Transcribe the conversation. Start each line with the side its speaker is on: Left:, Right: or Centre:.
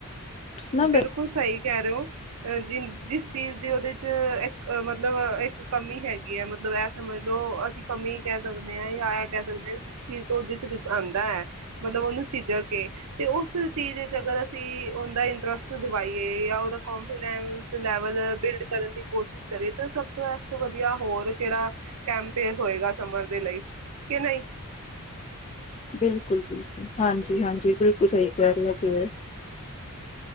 Left: ਕੋਰਸ ਨਾ ਹੂੰ
Right: ਬਿਲਕੁਲ ਸਹੀ ਕਹਿ ਰਹੇ ਹੋ ਅ ਜਿ ਜਿਸ ਚੀਜ਼ ਦੀ ਉਹਦੇ ਚ ਇੱਕ ਮਤਲਬ ਇੱਕ ਕਮੀ ਹੈਗੀ ਹੈ ਮਤਲਬ ਸਮਝ ਲੋ ਅਸੀਂ ਕਮੀ ਕਹਿ ਸਕਦੇ ਹਾਂ ਜਾਂ ਆਇਆ ਕਹਿ ਸਕਦੇ ਹਾਂ ਜਿਸ ਚੀਜ਼ ਤੋਂ ਜਿਸ ਆਉਂਦਾ ਹੈ ਮਤਲਬ ਉਹਨੂੰ ਚੀਜ਼ਾਂ ਕੇ ਤੇ ਉਸ ਚੀਜ਼ ਵਿੱਚ ਅਗਰ ਅਸੀਂ ਉਹਦਾ ਤਰਸਤ ਦਿਵਾਈਏ ਜਾਂ ਉਹਦਾ ਕੋਂਨਫੀਡੈਂਸ ਲੈਵਲ ਬਿਲਡ ਕਰਨ ਦੀ ਕੋਸ਼ਿਸ਼ ਕਰੀਏ ਤਾਂ ਸਭ ਤੋਂ ਇਸ ਤੋਂ ਵਧੀਆ ਹੋਰ ਕਿਹੜਾ ਕੈਂਪ ਹੋਏਗਾ ਸਮਰ ਦੇ ਲਈ ਕਿ ਨਹੀਂ
Left: ਬਿਲਕੁਲ ਬਿਲਕੁਲ ਹਾਂਜੀ ਹਾਂਜੀ ਬਿਲਕੁਲ ਸਹੀ ਕਹਿ ਰਿਹਾ ਸੀ